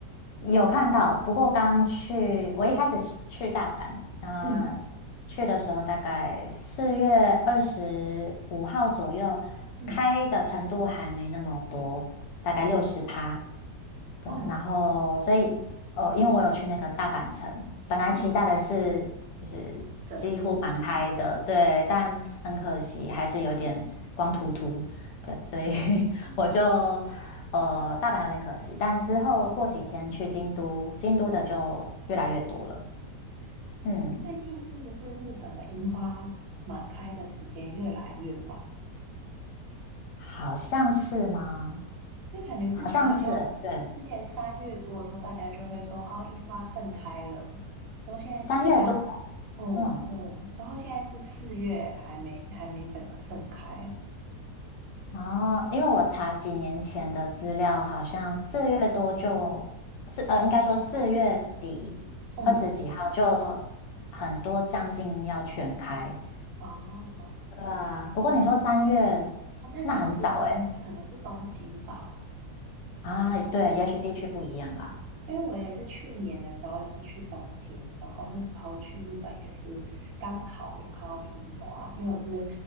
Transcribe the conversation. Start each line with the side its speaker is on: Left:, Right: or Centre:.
Left: 有看到，不过刚去，我一开始是去大阪，那
Right: 嗯
Left: 去的时候大概四月二十五号左右，
Right: 嗯
Left: 开的程度还没那么多，大概六十趴，对啊，
Right: 嗯
Left: 然后所以呃，因为我有去那个大阪城，本来期待的是就是几乎满开的，
Right: 嗯，整片的嘛。
Left: 对，但很可惜还是有点光秃秃，对，所以 <laughs> 我就呃，大阪有点可惜，但之后过几天去京都，京都的就越来越多了。
Right: 嗯
Left: 嗯，
Right: 是最近是不是日本的樱花满开的时间越来越晚？
Left: 好像是吗？
Right: 因为感觉之前好像之前三月多的时候，
Left: 好像是，对，
Right: 大家就会说啊，樱花盛开了。之后现在你刚，
Left: 三月多。
Right: 嗯嗯，
Left: 嗯，
Right: 之后现在是四月，还没还没整个盛开。
Left: 哦，因为我查几年前的资料，好像四月多就，是呃，应该说四月底二十几号就很多将近要全开。
Right: 嗯，哦，
Left: 对啊，不过你说三月，
Right: 哦，那可能是东，
Left: 那很早诶。
Right: 可能是东京吧。
Left: 啊，对，也许地区不一样吧。
Right: 因为我也是去年的时候是去东京，然后那时候去日本也是刚好有看到樱花，因为我是